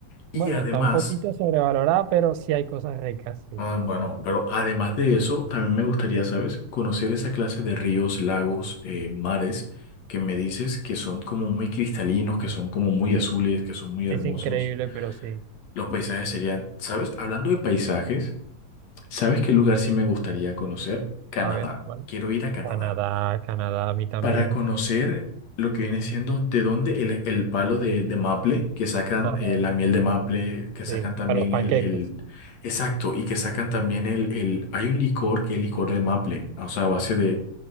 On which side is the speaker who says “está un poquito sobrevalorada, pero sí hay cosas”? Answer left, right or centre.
Right